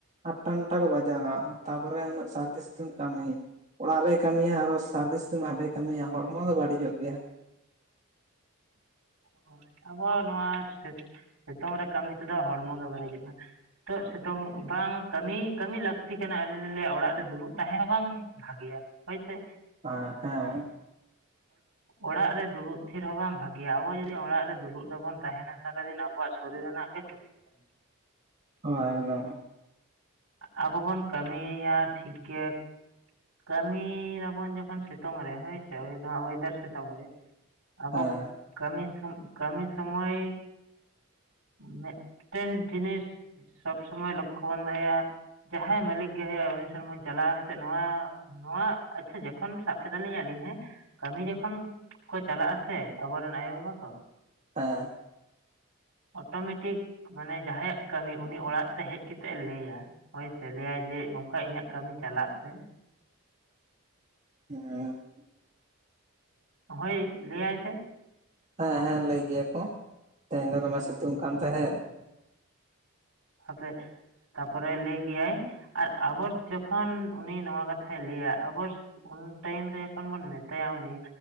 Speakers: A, on the right; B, on the right.
A: ᱟᱴᱟ-ᱱᱚᱟ ᱟᱴᱟ ᱠᱚ ᱵᱟᱡᱟᱣᱟ ᱛᱟᱯᱚᱨᱮ ᱩᱱᱟᱹᱜ ᱥᱟᱹᱨᱫᱤ ᱥᱤᱛᱩᱝ ᱠᱟᱹᱢᱤ ᱚᱲᱟᱜ ᱨᱮ ᱠᱟᱹᱢᱤᱭᱟ ᱟᱨᱚ ᱥᱟᱨᱫᱤ ᱦᱟᱱᱰᱮ ᱠᱟᱹᱢᱤᱭᱟ ᱦᱚᱲᱢᱚ ᱫᱚ ᱵᱟᱹᱲᱤᱡᱚᱜ ᱜᱮᱭᱟ᱾
B: ᱦᱳ ᱟᱵᱚ ᱱᱚᱣᱟ ᱥᱤᱛᱩᱝ ᱨᱮ ᱠᱟᱹᱢᱤ ᱛᱮᱫᱚ ᱦᱚᱲᱢᱚ ᱜᱮ ᱵᱟᱹᱲᱤᱡᱚᱜᱼᱟ᱾ ᱱᱤᱛᱚᱜ ᱥᱤᱛᱩᱝ ᱵᱟᱝ ᱠᱟᱹᱢᱤ ᱠᱟᱹᱢᱤ ᱞᱟᱹᱠᱛᱤ ᱠᱟᱱᱟ ᱟᱹᱞᱤᱧ ᱞᱤᱧ ᱞᱟᱹᱭᱟ ᱚᱲᱟᱜ ᱨᱮ ᱫᱩᱲᱩᱵ ᱛᱟᱦᱮᱸ ᱦᱚᱸ ᱵᱟᱝ ᱵᱷᱟᱜᱮᱭᱟ᱾ ᱦᱚᱭ ᱥᱮ
A: ᱦᱮ ᱦᱮᱸ
B: ᱚᱲᱟᱜ ᱨᱮ ᱫᱩᱲᱩᱵ ᱛᱷᱤᱨ ᱦᱚᱸ ᱵᱟᱝ ᱵᱷᱟᱜᱮᱭᱟ ᱟᱵᱚ ᱡᱩᱫᱤ ᱚᱲᱟᱜ ᱨᱮ ᱫᱩᱲᱩᱵ ᱨᱮᱵᱚᱱ ᱛᱟᱦᱮᱸᱱᱟ ᱥᱟᱨᱟᱫᱤᱱ ᱟᱵᱚᱣᱟᱜ ᱥᱚᱨᱤᱨ ᱨᱮᱱᱟᱜ ᱜᱮ ᱠᱷᱚᱛᱤᱠ ᱠᱟᱱᱟ᱾
A: ᱦᱚᱭ ᱮᱠᱫᱚᱢ
B: ᱟᱵᱚ ᱵᱚᱱ ᱠᱟᱹᱢᱤᱭᱟ ᱴᱷᱤᱠ ᱜᱮ ᱠᱟᱹᱢ ᱫᱟᱵᱚᱱ ᱡᱚᱠᱷᱚᱱ ᱥᱤᱛᱩᱝ ᱨᱮ ᱦᱳᱭ ᱥᱮ ᱚᱭᱮᱫᱟᱨ ᱥᱤᱛᱩᱝ ᱨᱮ ᱟᱵᱚ
A: ᱦᱮᱸ
B: ᱠᱟᱹᱢᱤ ᱠᱟᱹᱢᱤ ᱥᱚᱢᱚᱭ ᱢᱮᱫᱽ ᱢᱤᱫ ᱴᱮᱱ ᱡᱤᱱᱤᱥ ᱥᱚᱵᱽ ᱥᱚᱢᱚᱭ ᱞᱚᱠᱠᱷᱚ ᱵᱚᱱ ᱫᱚᱦᱚᱭᱟ ᱡᱟᱦᱟᱸᱭ ᱢᱟᱞᱤᱠ ᱜᱮ ᱦ ᱦᱩᱭᱩᱜᱳᱜᱼᱟ᱾ ᱩᱱᱤ ᱥᱚᱢᱚᱭ ᱪᱟᱞᱟᱣ ᱠᱟᱛᱮᱜ ᱱᱚᱣᱟ ᱱᱚᱣᱟ ᱟᱪᱪᱷᱟ ᱡᱚᱠᱷᱚᱱ ᱥᱟᱵ ᱠᱮᱫᱟᱞᱤᱧ ᱟᱹᱞᱤᱧ ᱦᱮᱸ ᱠᱟᱹᱢᱤ ᱡᱚᱠᱷᱚᱱ ᱠᱚ ᱪᱟᱞᱟᱜ ᱟ ᱥᱮᱮ ᱟᱵᱚᱨᱮᱱ ᱟᱭᱳ ᱵᱟᱵᱟ ᱠᱚ
A: ᱦᱮᱸ
B: <inaudible> ᱚᱴᱳᱢᱮᱴᱤᱠ ᱢᱟᱱᱮ ᱡᱟᱦᱟᱸᱭᱟᱜ ᱠᱟᱹᱢᱤ ᱩᱱᱤ ᱚᱲᱟᱜ ᱛᱮ ᱦᱮᱡ ᱠᱟᱛᱮᱜ ᱮ ᱞᱟᱹᱭᱟ ᱦᱚᱳᱭᱥ ᱞᱟᱹᱟᱭ ᱡᱮ ᱱᱚᱝᱠᱟ ᱤᱧᱟᱹᱜ ᱠᱟᱹᱢᱤ ᱪᱟᱞᱟᱜ ᱛᱮ
A: ᱦᱮᱸ
B: ᱦᱳᱭ ᱞᱟᱹᱭᱟᱭ ᱥᱮ
A: ᱦᱮᱸ ᱦᱮᱸ ᱞᱟᱹᱭ ᱜᱮᱭᱟᱠᱚ ᱛᱮᱦᱮᱧ ᱫᱚ ᱫᱚᱢᱮ ᱥᱤᱛᱩᱝ ᱠᱟᱱ ᱛᱟᱦᱮᱸᱫ
B: ᱦᱟᱯᱮ ᱾ ᱛᱟᱯᱚᱨᱮ ᱞᱟᱹᱭ ᱜᱮᱭᱟᱭ ᱟᱨ ᱟᱵᱚ ᱡᱚᱠᱷᱚᱱ ᱩᱱᱤ ᱱᱚᱣᱟ ᱠᱟᱛᱷᱟᱭ ᱞᱟᱹᱭᱟ ᱟᱵᱚ ᱾ ᱴᱟᱭᱤᱢ ᱨᱮ ᱡᱚᱠᱷᱚᱱ ᱵᱚᱱ ᱢᱮᱛᱟᱭᱟ ᱩᱱᱤ